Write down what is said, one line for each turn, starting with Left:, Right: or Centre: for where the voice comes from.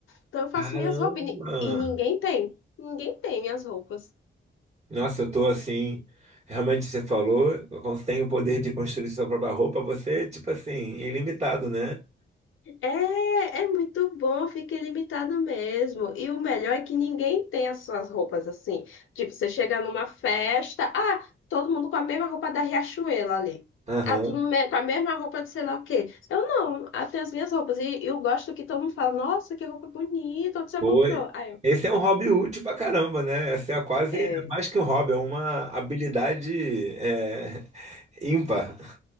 Left: Então eu faço
Right: Caramba.
Left: minhas roupas e, ni- e ninguém tem, ninguém tem minhas roupas.
Right: Nossa, eu tô assim. Realmente você falou, eu cons- tem o poder de construir sua própria roupa, você, tipo assim, ilimitado, né?
Left: É, é muito bom, fica ilimitado mesmo. E o melhor é que ninguém tem as suas roupas assim. Tipo, você chega numa festa, ah, todo mundo com a mesma roupa da Riachuelo ali.
Right: Aham.
Left: Ah, tudo me- com a mesma roupa de sei lá o quê. Eu não, ah, tenho as minhas roupas. E eu gosto que todo mundo fala, nossa, que roupa bonita, onde você
Right: Foi.
Left: comprou? Aí eu,
Right: Esse é um hobby útil pra caramba, né? Essa é quase
Left: é,
Right: é mais que um hobby, é uma habilidade é, <laughs> ímpar.